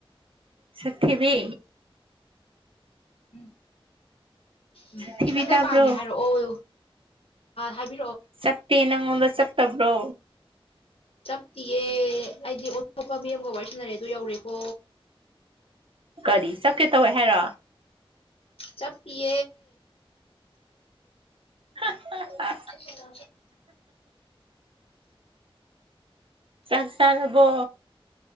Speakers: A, on the right; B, on the left.
A: ꯁꯊꯕꯤ
B: ꯎꯝ ꯎꯝ
A: ꯁꯛꯊꯤꯕꯤ
B: ꯅꯪ ꯀꯩ
A: ꯇꯥꯕ꯭ꯔꯣ
B: ꯄꯥꯝꯒꯦ ꯍꯥꯏꯔꯛꯑꯣ ꯍꯕꯤ
A: ꯆꯛꯇꯄꯤ ꯅꯪꯣꯟꯗ ꯆꯛꯇꯕ꯭ꯔꯣ
B: ꯆꯞꯇꯤꯌꯦ ꯑꯩꯗꯤ ꯑꯣꯇꯣꯞꯄ ꯃꯤ ꯑꯃꯒ ꯋꯥꯔꯤꯁꯤꯟꯅꯔꯦ ꯑꯗꯨ ꯌꯧꯔꯦꯀꯣ
A: ꯀꯔꯤ ꯁ ꯀꯦ ꯇꯋ ꯍꯦꯔ
B: ꯆꯞꯄꯤꯦ
A: <inaudible>
B: ꯗ
A: ꯆꯥꯛ ꯆꯥꯔꯕꯣ